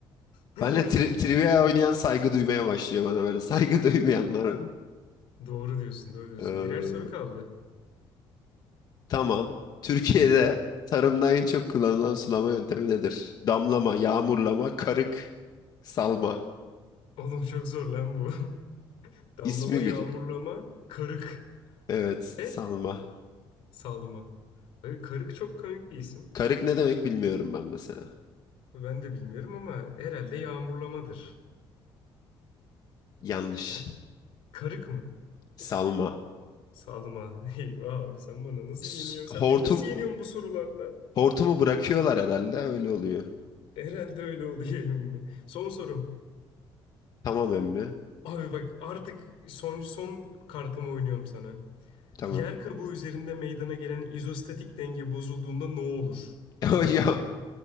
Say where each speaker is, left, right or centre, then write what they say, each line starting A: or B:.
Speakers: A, on the left; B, on the left.
A: <laughs>
B: Benle tri trivia oynayan saygı duymaya başlıyor bana böyle. <laughs> Saygı duymayanlar.
A: Doğru diyorsun, doğru diyorsun.
B: Ee,
A: Birer soru kaldı.
B: Tamam. Türkiye'de tarımda en çok kullanılan sulama yöntemi nedir? Damlama, yağmurlama, karık, salma.
A: Oğlum çok zor lan bu. <laughs> Damlama,
B: İsmi
A: yağmurlama,
B: gıcık.
A: karık
B: Evet,
A: ve
B: salma.
A: Salma. Böyle karık çok komik bir isim.
B: Karık ne demek bilmiyorum ben mesela.
A: Ben de bilmiyorum ama herhalde yağmurlamadır.
B: Yanlış.
A: He? Karık mı?
B: Salma.
A: Salma. <laughs> Eyvah abi sen bana nasıl
B: S-
A: yeniyorsun?
B: Hortum,
A: Sen beni nasıl yeniyorsun bu sorularla?
B: hortumu bırakıyorlar herhalde öyle oluyor.
A: Herhalde öyle oluyor <laughs> emmi. Son sorum.
B: Tamam emmi.
A: Abi bak artık son son kartımı oynuyorum sana.
B: Tamam.
A: Yer kabuğu üzerinde meydana gelen izostatik denge bozulduğunda ne olur?
B: <laughs> Ya,